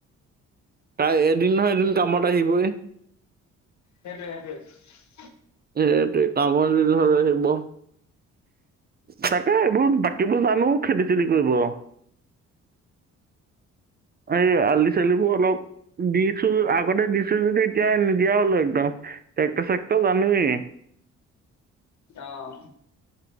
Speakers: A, on the right (about 30°); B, on the left (about 65°).
A: তাই এদিন নহয় এদিন কামত আহিবয়ে।
B: সেইটোৱে -সেইটোৱে।
A: সেইটোৱে কামৰ দিনতহে আহিব। তাকে এইবোৰ বাকীবোৰ জানো খেতি -চেতি কৰিব। <inaudible> এই আলি - চালিবোৰ অলপ দিছো আগতে দিছো যদি এতিয়া নিদিয়া হলো একদম। ট্ৰেক্টৰ- চেক্টৰ <unintelligible>
B: অহ